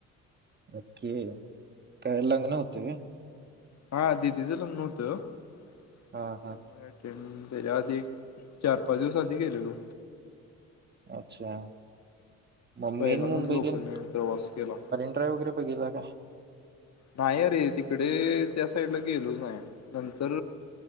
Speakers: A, on the right; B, on the left.
A: ओके. काय लग्न होत काय?
B: हा दीदी च लग्न हुत. ते
A: हा हा
B: म अटेंन तेज्या आधी चार पाच दिवस आधी गेलेलो.
A: अच्छा. <unintelligible> मरीन
B: पहिल्यांदाच लोकलने प्रवास केला
A: ड्राईव्ह वैगरे बघितला काय?
B: नाइ अरे तिकडे त्या साईडला गेलो नाइ नंतर